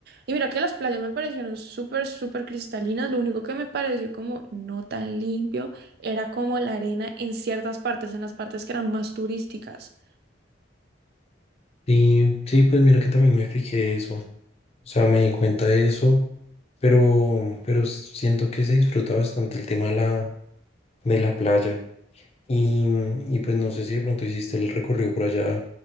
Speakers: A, on the right; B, on the left.
A: Y mira que las playas me parecieron súper, súper cristalinas, lo único que me pareció como no tan limpio era como la arena en ciertas partes, en las partes que eran más turísticas.
B: Sí, sí, pues mira que también me fijé eso. O sea, me di cuenta de eso, pero, pero siento que se disfruta bastante el tema de la, de la playa. Y, y pues no sé si de pronto hiciste el recorrido por allá,